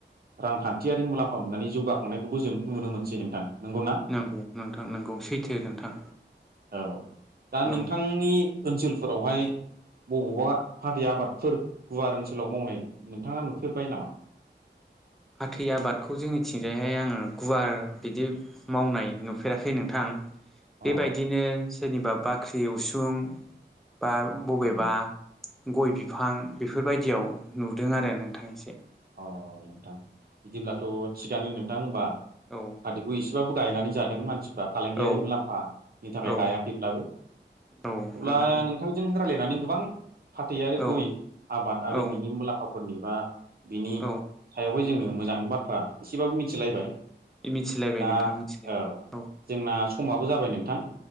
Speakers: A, on the right (about 55°); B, in the centre.
A: रांखान्थियारि मुलाम्फा मोननानै जौगाखांनायखौबो जों नुनो मोनसै नोंथां। नंगौना
B: नंगौ नोंथां नंगौ सैथो नोंथां।
A: औ दा नोंथांनि
B: औ
A: ओनसोलफोरावहाय बबावबा फादै आबादफोर गुवार ओनसोलाव मावनाय नोंथाङा नुफेरबाय नामा? <inaudible>
B: फाथै आबादखौ जोंनिथिंजायहाय आङो गुवार बिदि मावनाय नुफेराखै नोंथां।
A: अ
B: बेबायदिनो सोरनिबा बाख्रि उसुं बा बबेबा
A: नंगौ।
B: गय बिफां बेफोरबायदियाव नुदों आरो नोंथां एसे।
A: अ नोंथां बिदिब्लाथ' थिगानो नोंथां होमबा।
B: औ
A: फाथैखौ एसेबाबो गायनानै जादों मानसि फोरा फालांगियारि
B: औ
A: मुलाम्फानि थाखाय
B: औ
A: गायाखैब्लाबो
B: औ
A: अब्ला
B: नोंथां
A: नोंथांजों रायलाय नानै गोबां फाथै आरो
B: औ
A: गय आबाद आरि
B: औ
A: बिनि मुलाम्फाफोरनि बा बिनि
B: औ
A: सायावहाय जोङो मोजां बाथ्रा एसेबाबो मिथिलायबाय
B: मिथिलायबाय
A: दा
B: नोंथां मिथिलायबाय
A: औ जोंना समाबो जाबाय नोंथां